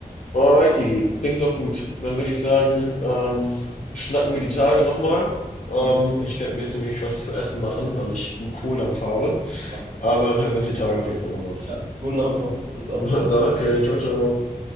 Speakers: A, on the left (about 55°); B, on the right (about 75°).
A: Alright, Digi. Klingt doch gut. Dann würde ich sagen, ähm, schnacken wir die Tage nochmal. Ähm,
B: Yes.
A: ich werde mir jetzt nämlich was zu essen machen, weil ich gut Kohldampf habe.
B: Achtung.
A: Aber dann hören wir uns die Tage auf jeden Fall nochmal.
B: Ja. Guten Appetit. Bis dann.
A: <laughs> Danke, ciao, ciao.